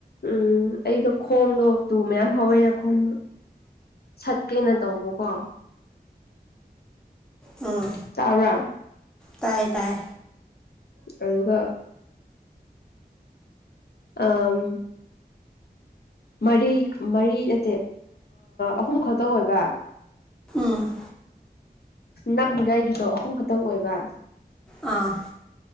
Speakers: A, on the left; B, in the centre.
A: ꯎꯝ ꯑꯩꯗꯣ ꯈꯣꯡꯗꯣ ꯇꯨ ꯃꯌꯥꯝ ꯍꯧꯋꯦꯅ ꯈꯣꯡꯗꯣ ꯁꯠꯀꯦꯅ ꯇꯧꯕꯀꯣ
B: ꯎꯝ
A: ꯇꯥꯎꯔꯥ
B: ꯇ ꯇꯥꯏ
A: ꯑꯗꯨꯒ ꯑꯝ ꯃꯔꯤ ꯃꯔꯤ ꯅꯠꯇꯦ ꯑꯍꯨꯝ ꯈꯛꯇ ꯑꯣꯏꯕ
B: ꯎꯝ
A: ꯅꯞꯅꯤꯡꯉꯥꯏꯒꯤꯗꯣ ꯑꯍꯨꯝ ꯈꯛꯇꯪ ꯑꯣꯏꯕ
B: ꯑꯥ